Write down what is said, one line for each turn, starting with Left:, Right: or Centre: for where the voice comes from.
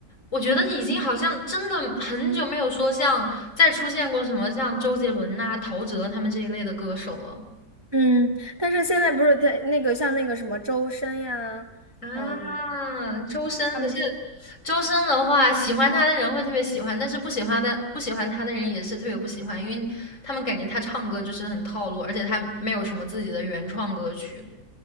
Left: 我觉得已经好像真的很久没有说像再出现过什么像周杰伦呐、陶喆他们这一类的歌手了。
Right: 嗯，但是现在不是在那个像那个什么周深呀，
Left: 啊，
Right: 嗯，
Left: 周深，
Right: 他们是
Left: 可是周深的话，喜欢他的人会特别喜欢，但是不喜欢的不喜欢他的人也是特别不喜欢，因为他们感觉他唱歌就是很套路，而且他没有什么自己的原创歌曲。